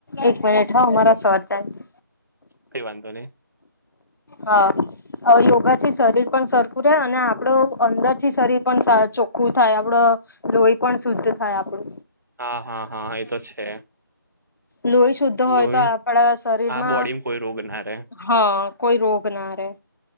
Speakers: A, on the left; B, on the right.
A: એક મિનિટ હો મારા સર ચાનશ
B: કઈ વાંધો નહી.
A: હા. અહ યોગા થી શરીર પણ સરખું રહે અને આપડું અંદરથી શરીર પણ સા ચોખ્ખું થાય આપડો. લોહી પણ શુદ્ધ થાય આપડું.
B: હા હા હા એ તો છે.
A: લોહી શુદ્ધ હોય
B: લોહી
A: તો આપડા શરીરમાં
B: આ બોડીમાં કોઈ રોગ ના રે
A: હા. કોઈ રોગ ના રહે.